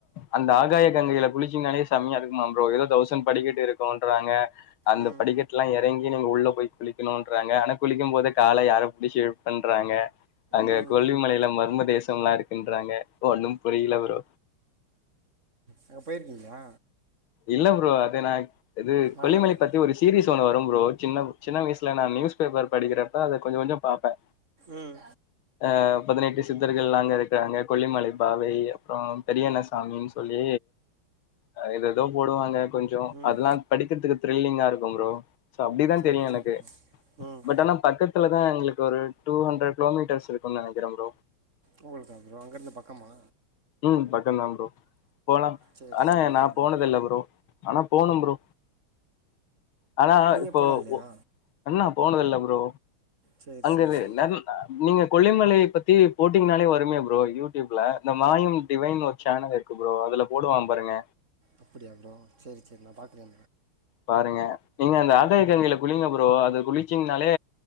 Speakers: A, on the left (about 70°); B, on the right (about 35°).
A: அந்த ஆகாய கங்கையில குளிச்சிங்கனாலே செமையா இருக்குமா ப்ரோ ஏதோ தௌசண்ட் படிக்கிட்டு இருக்கோன்றாங்க அந்த
B: ம்
A: படிக்கட்டுல்லா எறங்கி நீங்க உள்ள போய் குளிக்கணும்ன்றாங்க ஆனா குளிக்கு போது கால யாரப்படி ஷேவ் பண்றாங்க அங்க
B: ம்
A: கொல்வி மலையில மரும தேச நல்லா இருக்குன்றாங்க ஒன்னு புரில ப்ரோ
B: அங்க போயிருக்கீங்களா
A: இல்ல ப்ரோ அதே நா இது
B: நான்
A: கொல்லிமலை
B: நடந்து
A: பத்தி ஒரு சீரீஸ் ஒண்ணு வரு ஒரு சின்ன சின்ன வயசுல நா நியூஸ் பேப்பர் படிக்கிறப்ப அத கொஞ்சம் கொஞ்சம் பாப்பேன்
B: ம்
A: அ பதினெட்டு சித்தர்கள் அங்க இருக்கிறாங்க கொல்லிமலை பாவை அப்புறோ பெரியண்ணசாமனு சொல்லி அ இது எதோ போடுவாங்க கொஞ்சம்
B: ம்
A: அதெல்லா படிக்கிறதுக்கு த்ரில்லிங்கா இருக்கும் ப்ரோ சோ அப்படிதா
B: சரி
A: தெரியு
B: சரி
A: எனக்கு
B: ப்ரோ ம்
A: பட் ஆனா பக்கத்துல தா எங்களுக்கு ஒரு டூ ஹண்ட்ரட் கிலோமீட்டர்ஸ் இருக்குன்னு நெனைக்கிற ப்ரோ
B: உங்களுக்கு அம் அங்க இருந்து பக்கமா
A: ம் பக்கம்தா ப்ரோ போலா
B: சேரி
A: ஆனா
B: சேரி ஓகே
A: நா
B: ப்ரோ
A: போனதில்ல ப்ரோ ஆனா போனு ப்ரோ ஆனா
B: நீங்கள்
A: இப்போ
B: போனது இல்லையா
A: ஒ பண்ணாம் போனதில்ல ப்ரோ
B: சேரி
A: அங்கிருந்
B: சேரி ப்ரோ
A: நன் நீங்க கொல்லிமலை பத்தி போட்டீங்கனாலே வருமே ப்ரோ யூடியூப்ல நம் மாயும் டிவைன்ன ஒரு சேனல் இருக்கு ப்ரோ அதுல போடுவா பாருங்க
B: அப்படி அப்றோ சரி சரி நா பாக்குறே
A: பாருங்க நீங்க அந்த ஆகாயகங்கைய்ல குளிங்க ப்ரோ அது குளி குளிச்சிங்னாலே